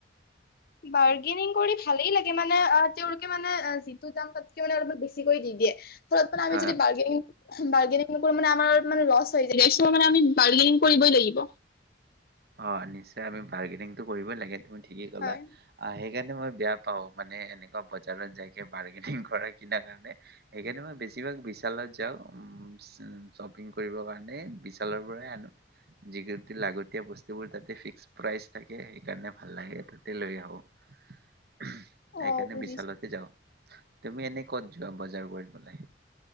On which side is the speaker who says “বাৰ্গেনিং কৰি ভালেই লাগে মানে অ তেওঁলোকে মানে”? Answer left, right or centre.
Left